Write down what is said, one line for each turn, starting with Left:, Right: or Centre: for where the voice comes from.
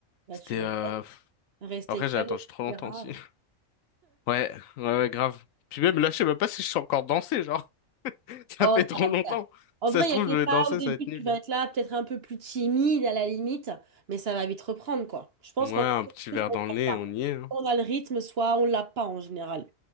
Right: Là,
Left: C'était
Right: tu mets
Left: euh... pff.
Right: rester
Left: après
Right: calme,
Left: j'ai attendu
Right: etc.
Left: trop longtemps aussi. <laughs> Ouais, ouais, ouais, grave. Puis même là je sais même pas si je suis encore dansé, genre <laughs> ça
Right: Oh,
Left: fait trop
Right: ça va
Left: longtemps.
Right: le faire. En
Left: Si
Right: vrai,
Left: Ça se
Right: il
Left: trouve
Right: y a des
Left: je vais
Right: pas
Left: danser,
Right: au début,
Left: ça va être nul.
Right: tu vas être là, peut-être un peu plus timide à la limite, mais ça va vite reprendre, quoi. Je pense
Left: Ouais,
Right: qu'en
Left: un
Right: vrai, c'est
Left: petit
Right: quelque
Left: verre
Right: chose qu'on
Left: dans
Right: ne
Left: le
Right: perd
Left: nez,
Right: pas.
Left: on y est. hein.
Right: Soit On a le rythme, soit on l'a pas en général.